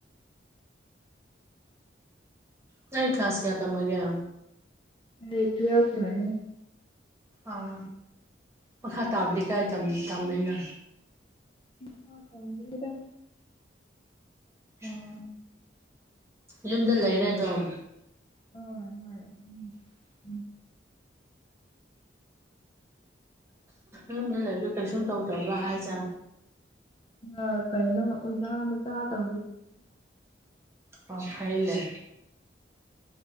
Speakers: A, on the right; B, on the left.
A: ꯅ ꯀ꯭ꯂꯥꯁ ꯀꯌꯥ ꯇꯃꯒꯦ
B: ꯍ ꯇꯌꯥꯄ꯭ꯔꯅꯦ
A: ꯑꯥ ꯃꯈꯥ ꯇꯥꯕꯗꯤ ꯀꯥꯏ ꯇꯝꯃꯦꯅꯣ
B: ꯍ ꯇꯝꯗ꯭ꯔꯗ
A: ꯎꯝ ꯌꯨꯝꯗ ꯂꯩꯔꯦ ꯑꯗꯨꯝ
B: ꯑꯣ ꯍꯣꯏ ꯎꯝ
A: ꯌꯨꯝꯗ ꯂꯩꯕꯗꯣ ꯀꯩꯁꯨꯝ ꯇꯧꯗꯕ꯭ꯔꯥ ꯍꯥꯏꯁꯦ
B: ꯎ ꯀꯥꯏꯅ ꯑꯣꯖꯥ ꯃꯁꯥ ꯇ
A: ꯑ ꯐꯥꯏ ꯂꯩꯦ